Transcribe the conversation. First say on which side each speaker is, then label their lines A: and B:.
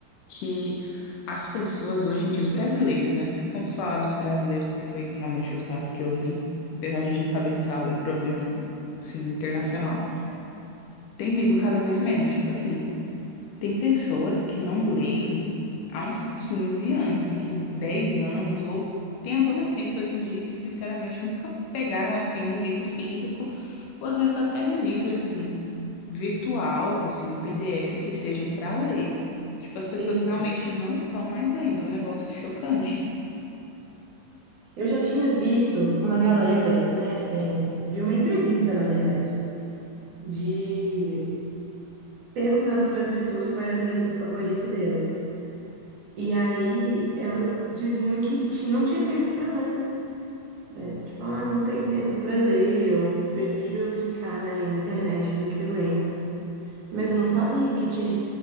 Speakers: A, on the left (about 85°); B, on the right (about 60°).
A: Que as pessoas hoje em dia, os brasileiros, né? Vamos falar dos brasileiros, que foi realmente os dados que eu vi. Apesar de a gente saber que isso é um problema, assim, internacional, tem lido cada vez menos. Tipo assim. Tem pessoas que não leem há uns 15 anos, assim, que 10 anos, ou tem adolescentes hoje em dia que, sinceramente, nunca pegaram, assim, um livro físico, ou às vezes até num livro, assim, virtual, assim, PDF que seja para ler. Tipo, as pessoas
B: Que isso?
A: realmente não estão mais lendo, é um negócio chocante.
B: Eu já tinha visto uma galera, né? é, vi uma entrevista, na verdade, de perguntando para as pessoas qual era o livro favorito delas. E aí elas diziam que ti- não tinha tempo para ler, né? Tipo, ah, não tem tempo para ler, eu prefiro ficar na internet do que lendo. Mas eu não sabia que tinha